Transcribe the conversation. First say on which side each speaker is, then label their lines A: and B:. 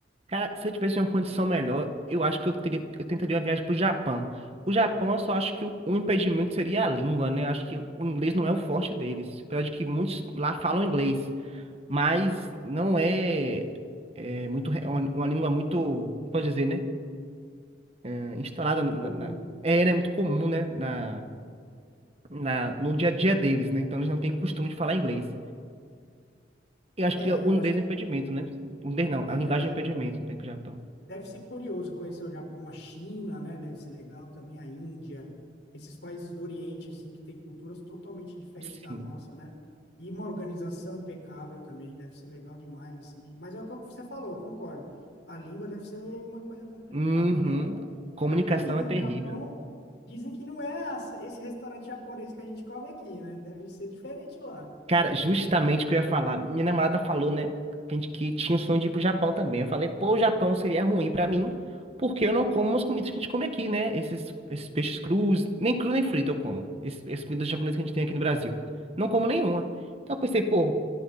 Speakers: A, on the right; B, on the left.
A: Cara, se eu tivesse uma condição melhor, eu acho que eu teria, eu tentaria uma viagem pro Japão. O Japão, eu só acho que o, o impedimento seria a língua, né? Eu acho que o inglês não é o forte deles. Apesar de que muitos lá falam inglês, mas não é, é muito, re- é uma, uma língua muito, como pode dizer, né? É, Instalada
B: muito
A: na,
B: comum.
A: na- é, né? Muito comum, né? Na, na, no dia a dia deles, né? Então eles não têm costume de falar inglês. Eu acho
B: É,
A: que o
B: eu
A: inglês
B: acho,
A: é um impedimento, né? O inglês não,
B: que
A: a
B: é
A: linguagem
B: verdade.
A: é um impedimento para ir pro Japão.
B: Deve ser curioso conhecer o Japão, a China, né? Deve ser legal também a Índia, esses países do Oriente, assim, que têm culturas totalmente diferentes
A: Sim.
B: da nossa, né? E uma organização impecável também, deve ser legal demais, assim. Mas é o que você falou, eu concordo. A língua deve ser uma coisa complicada,
A: Uhum.
B: até
A: Comunicação
B: A comida
A: é
B: no
A: terrível,
B: Japão,
A: né?
B: dizem que não é as- esse restaurante japonês que a gente come aqui, né? Deve ser diferente lá.
A: Cara, justamente o que eu ia falar. Minha namorada falou, né? Que a gente- que tinha o sonho de ir pro Japão também. Eu falei, pô, o Japão seria ruim pra mim, porque eu não como as comidas que a gente come aqui, né? Esses, esses peixes crus, nem cru nem frito eu como. Esses, essas comidas japonesas que a gente tem aqui no Brasil. Não como nenhuma. Então eu pensei, pô.